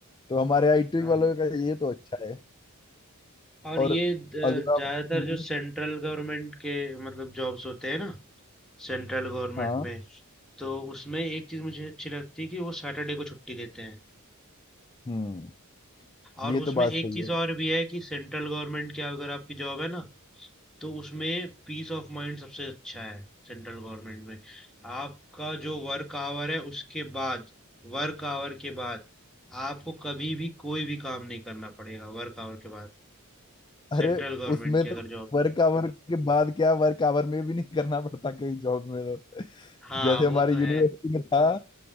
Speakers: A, on the left; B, in the centre.
A: तो हमारे आईटी
B: हाँ
A: वालों का ये तो अच्छा है
B: और
A: और
B: ये अ, ज्यादातर
A: अगर आप हम्म
B: जो सेंट्रल गवर्नमेंट के मतलब जॉब्स होते हैं ना सेंट्रल गवर्नमेंट
A: हाँ
B: में तो उसमें एक चीज़ मुझे अच्छी लगती है कि वो सैटरडे को छुट्टी देते हैं
A: हम्म
B: और
A: ये
B: उसमें
A: तो बात
B: एक
A: सही
B: चीज़
A: है
B: और भी है कि सेंट्रल गवर्नमेंट की अगर आपकी जॉब है ना तो उसमें पीस ऑफ माइंड सबसे अच्छा है सेंट्रल गवर्नमेंट में आपका जो वर्क आवर है उसके बाद वर्क आवर के बाद आपको कभी भी कोई भी काम नहीं करना पड़ेगा वर्क आवर के बाद
A: अरे
B: सेंट्रल गवर्नमेंट
A: उसमें
B: की
A: तो
B: अगर जॉब
A: वर्क
B: है
A: आवर के बाद क्या वर्क आवर में भी नहीं करना पड़ता कहीं जॉब में तो <laughs>
B: हाँ
A: जैसे
B: वो
A: हमारी
B: तो है
A: यूनिवर्सिटी में था